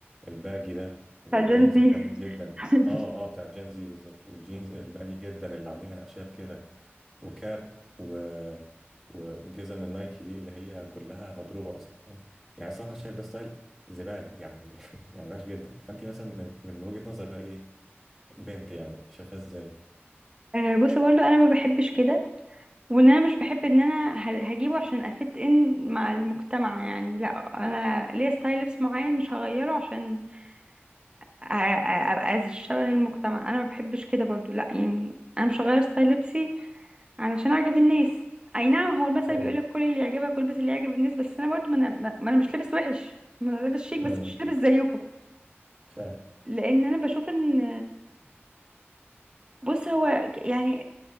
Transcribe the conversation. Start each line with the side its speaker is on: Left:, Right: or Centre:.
Centre: الباجي ده والجينز
Right: فالجنسي
Centre: الباجي جدا
Right: <laughs>
Centre: اه اه بتاع جين زي بالظبط والجينز الباجي جدا اللي عليها نقشات كده وكاب و... وجزم النايكي دي اللي هي كلها مضروبه اصلا يعني صراحه شايف ده ستايل زباله يعني <laughs> يعني وحش جدا فانت مثلا من, من وجهه نظر بقى ايه بنت يعني شايفاه ازاي
Right: آه، بص برضو انا ما بحبش كده وان انا مش بحب ان انا ه- هجيبه عشان افت ان مع المجتمع يعني لا انا ليا ستايل لبس معين مش هغيره عشان أ- أ- ابقى زي- شبه المجتمع انا ما بحبش كده برضو لا يعني انا مش هغير ستايل لبسي علشان اعجب الناس اي نعم هو المثل
Centre: طبعا
Right: بيقول لك كل اللي يعجبك والبس اللي يعجب الناس بس انا برضو ما انا, ما أنا مش لابس وحش ما انا لابس شيك بس
Centre: امم
Right: مش لابس زيكم
Centre: فاهم
Right: لان انا بشوف ان بص هو ك- يعني